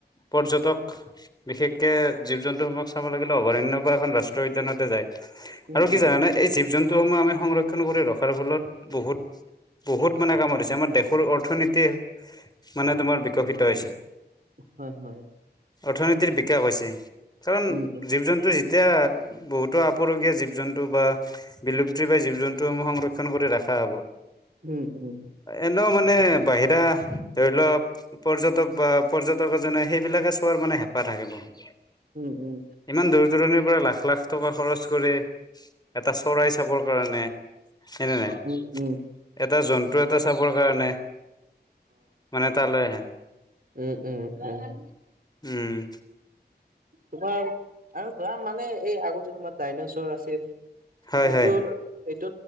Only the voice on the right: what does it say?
উম
উম
হয়
হয় হয়
উম উম
উম উম
উম উম
উম উম
উম-উম-উম।
তোমাৰ আৰু ধৰা মানে এই আগতে তোমাৰ ডাইনেচৰ আছিল।
সেইটো-সেইটো